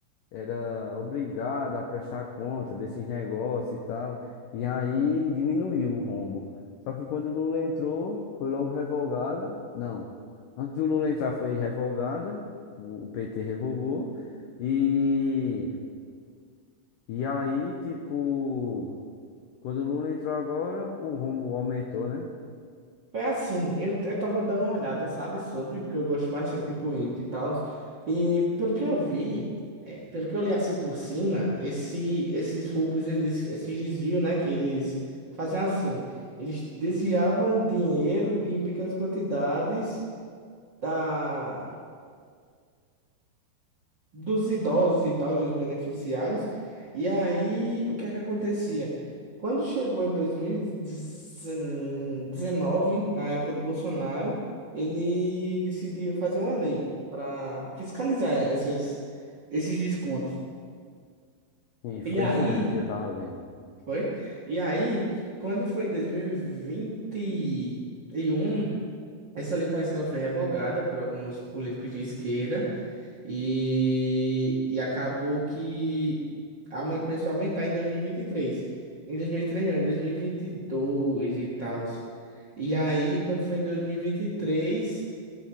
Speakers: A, on the left; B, on the right.
A: era obrigado a prestar conta desses negócios e tal. E aí diminuiu o rombo. Só que quando o Lula entrou, foi logo revogada. Não, antes do Lula entrar foi revogada, o o PT revogou. E, e aí, tipo, quando o Lula entrou agora, o rombo aumentou, né?
B: É assim, eu, eu tava dando uma olhada, sabe, sobre, porque eu gosto bastante de política e tal. E pelo que eu vi, é, pelo que eu li assim por cima, esse, esses roubos, eles, esses desvios, né, que eles faziam assim, eles desviavam dinheiro de, em pequenas quantidades da, dos idosos e tal, dos beneficiários. E aí, o que é que acontecia? Quando chegou em 2019, na época do Bolsonaro, ele decidiu fazer uma lei para fiscalizar essas, esses descontos.
A: E foi
B: E aí,
A: isso mesmo que eu tava vendo.
B: foi? E aí, quando foi em 2021, essa lei parece que ela foi revogada por alguns políticos de esquerda e, e acabou que aumen- começou a aumentar em 2023. Em 2023 não, em 2022 e vinte e dois e tal. E aí, quando foi em 2023,